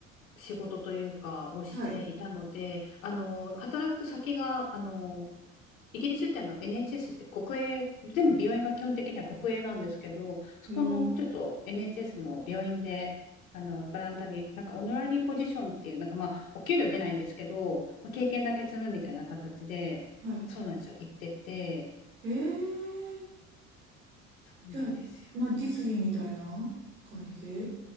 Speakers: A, on the left (about 80°); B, on the right (about 80°).
A: 仕事というか、をしていたので、
B: はい。
A: あの、働く先が、あの、イギリスってあの NHS って国営、全部病院が基本的には国営なんですけど、そこのちょっと
B: へえ。
A: NHS の病院で、あのボランタリー、なんかオノラリーポジションっていう、なんかまあ、お給料出ないんですけど、まあ、経験だけ積むみたいな形で、
B: はい。
A: そうなんですよ、行ってて、
B: へえ。
A: そうなんですよね。
B: じゃあ、まあ実技みたいな感じで。へえ。